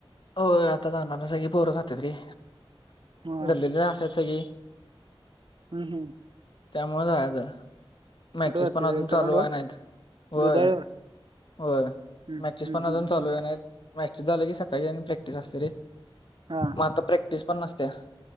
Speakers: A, on the left; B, on the right.
A: हो आता जाणार सग पोर खातात र
B: हा
A: गल्ली असायच की
B: हम्म हम्म
A: त्यामुळे जायाचं मॅचेस
B: जाते
A: पण अजून चालू
B: ग्राउंड
A: व्हाय
B: वर
A: नाहीत. होय
B: दुधाळवर
A: होय
B: हम्म
A: मॅचेस
B: हम्म
A: पण अजून
B: हम्म
A: चालू
B: हम्म.
A: व्हाय नाहीत मॅचेस आला की सकाळी आणि प्रॅक् तेच असते रे
B: हा हा
A: म आता प्रॅक तीस पन्नास तीस